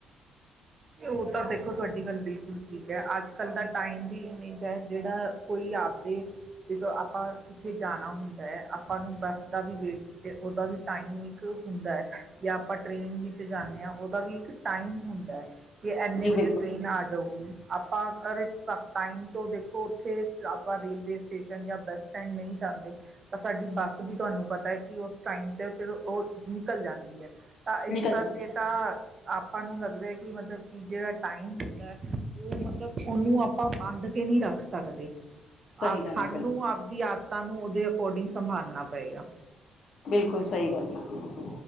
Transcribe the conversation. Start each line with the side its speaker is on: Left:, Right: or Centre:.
Right: ਉਹ ਤਾਂ ਦੇਖੋ ਤੁਹਾਡੀ ਗੱਲ ਬਿਲਕੁਲ ਠੀਕ ਹੈ ਅੱਜ ਕੱਲ੍ਹ ਦਾ ਟਾਈਮ ਵੀ ਇਵੇਂ ਦਾ ਹੈ, ਜਿਹੜਾ ਕੋਈ ਆਪਦੇ, ਜਦੋਂ ਆਪਾਂ ਕਿੱਥੇ ਜਾਣਾ ਹੁੰਦਾ ਹੈ, ਆਪਾਂ ਨੂੰ ਬੱਸ ਦਾ ਵੀ ਵੇਟ ਤੇ ਉਹਦਾ ਵੀ ਟਾਈਮ ਇੱਕ ਹੁੰਦਾ, ਜਾਂ ਆਪਾਂ ਟ੍ਰਰੇਨ ਵਿੱਚ ਜਾਂਦੇ ਹਾਂ ਉਹਦਾ ਵੀ ਇੱਕ ਟਾਈਮ ਹੁੰਦਾ ਕਿ ਏਨੇ
Left: ਜੀ
Right: ਵਜੇ
Left: ਬਿਲਕੁਲ
Right: ਟ੍ਰੇਨ, ਆ ਜਾਊਗੀ ਆਪਾਂ ਅਗਰ ਸਭ ਟਾਈਮ ਤੋਂ ਦੇਖੋ ਉੱਥੇ, ਆਪਾਂ ਰੇਲਵੇ ਸਟੇਸ਼ਨ ਜਾਂ ਬੱਸ ਸਟੈਂਡ ਨਹੀਂ ਜਾਂਦੇ ਤਾਂ ਸਾਡੀ ਬੱਸ ਵੀ ਤੁਹਾਨੂੰ ਪਤਾ ਹੈ, ਕਿ ਉਸ ਟਾਈਮ ਤੇ ਫਿਰ ਉਹ ਨਿਕਲ ਜਾਂਦੀ ਹੈ। ਤਾਂ ਇਸ
Left: ਨਿਕਲ
Right: ਕਰਕੇ
Left: ਜਾਏ,
Right: ਤਾਂ ਆਪਾਂ ਨੂੰ ਲੱਗਦਾ ਕਿ ਮਤਲਬ ਕਿ ਜਿਹੜਾ ਟਾਈਮ ਹੁੰਦਾ ਹੈ, ਉਹ ਮਤਲਬ ਉਹਨੂੰ ਆਪਾਂ ਬੰਦ ਕੇ ਨਹੀ ਰੱਖ ਸਕਦੇ।
Left: ਸਹੀ ਗੱਲ
Right: ਸਾਨੂੰ
Left: ਹੈ ਬਿਲਕੁਲ
Right: ਅਪਨੀ ਆਦਤਾਂ ਨੂੰ ਉਹਦੇ ਅਕੋਰਡਿੰਗ ਸੰਭਾਲਣਾ ਪਏਗਾ।
Left: ਬਿਲਕੁਲ ਸਹੀ ਗੱਲ ਕੀਤੀ ਤੁਸੀਂ,